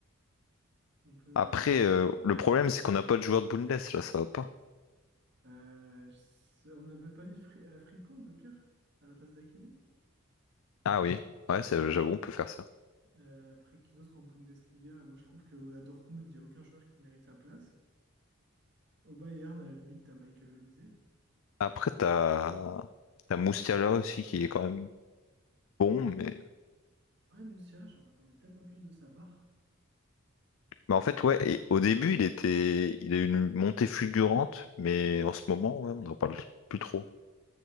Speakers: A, on the right; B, on the left.
A: On peut,
B: après,
A: on peut totalement
B: euh,
A: le mettre.
B: le problème, c'est qu'on n'a pas de joueur de Bundes là, ça va pas.
A: Euh, je sais- on n'avait pas mis Fri- euh, Frimpong, au pire, à la place d'Hakimi.
B: Ah oui, ouais, c'est- j'avoue, on peut faire ça.
A: Euh, après, qui d'autre en Bundesliga? Moi, je trouve qu'à Dortmund, il n'y a aucun joueur qui mérite sa place. Au Bayern, à la limite, t'as Michael Olise.
B: Après, t'as t'as Moustiala aussi qui est quand même bon, mais
A: Ouais, Moussiala, j'en attendais tellement plus de sa part.
B: mais en fait, ouais. et au début, il était, il a eu une montée fulgurante, mais en ce moment, ouais, on n'en parle plus trop.